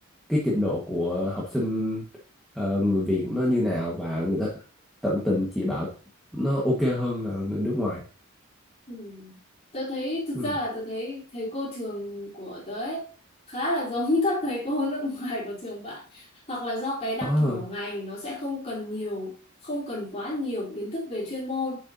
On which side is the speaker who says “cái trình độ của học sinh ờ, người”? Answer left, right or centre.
Centre